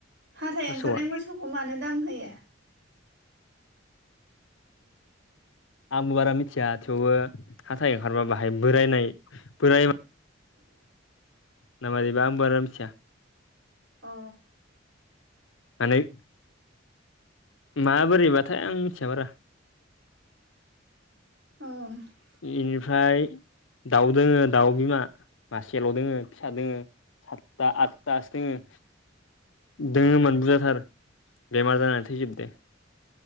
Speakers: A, on the right (about 60°); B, on the left (about 80°).
A: हाथाय
B: मोसौआ
A: ओंखारनाय मोसौखौ मानो दाम होयो <inaudible>
B: आंबो बारा मिथिया थेवबो हाथाय ओंखारबा बाहाय बोरायनाय बोराय
A: <unintelligible>
B: ना मादिबा आं बारा मिथिया
A: अ
B: नानै मा बोरैबाथाय आं मिथिया बारा
A: औ
B: इनिफ्राय दाउ दोङो दाउ बिमा मासेल' दोङो फिसा दोङो सातथा आतथासो दोङो दोङोमोन बुरजाथार बेमार जानानै थैजोबदो